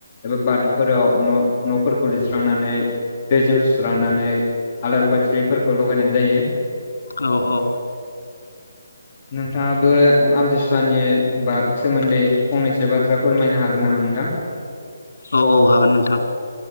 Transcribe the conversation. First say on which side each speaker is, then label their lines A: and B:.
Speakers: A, on the left; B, on the left.
A: एबा बाथौफोराव न' न'फोरखौ लिरस्रांनानै। दैजों सुस्रांनानै आलारि बाथिफोरखौ लगायनाय जायो।
B: औ औ।
A: नोंथांङाबो आमथिसुवानि ब सोमोन्दै फंनैसो बाथ्रा फोरमायनो हागोन नामा नोंथां।
B: औ औ हागोन नोंथां।